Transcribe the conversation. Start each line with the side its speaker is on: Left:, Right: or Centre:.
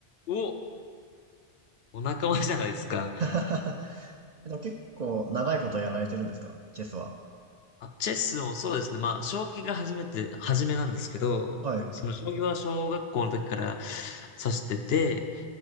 Left: お、お仲間じゃないですか。
Right: <laughs> でも結構長いことやられてるんですかチェスは。
Left: あ、チェスをそうですね。まあ、将棋が初めて、初めなんですけど、
Right: はい。
Left: その将棋は小学校の時から指してて、